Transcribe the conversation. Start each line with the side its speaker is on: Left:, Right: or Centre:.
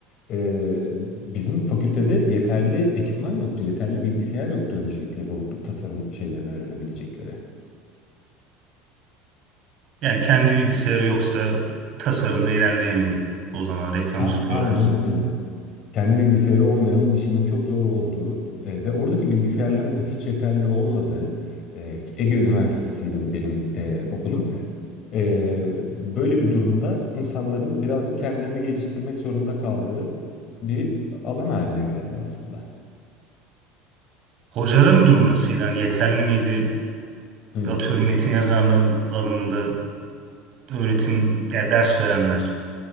Left: Ee, bizim fakültede yeterli ekipman yoktu, yeterli bilgisayar yoktu öncelikle bu tasarım şeylerini öğrenebilecekleri.
Right: Yani kendi bilgisayarı yoksa tasarımda ilerleyemedi. O zaman reklamcılık
Left: A- Aynen
Right: öğrencileri.
Left: öyle. Kendi bilgisayarı olmayanın işinin çok zor olduğu e, ve oradaki bilgisayarların da hiç yeterli olmadığı e, Ege Üniversitesi'ydi bu benim e, okulum. E, böyle bir durumda insanların birazcık kendilerini geliştirmek zorunda kaldığı bir alan haline geldi aslında.
Right: Hocaların durum nasıldı? Yani yeterli miydi?
Left: Hmm.
Right: Atıyorum metin yazarlığı alanında öğretim ya ders verenler.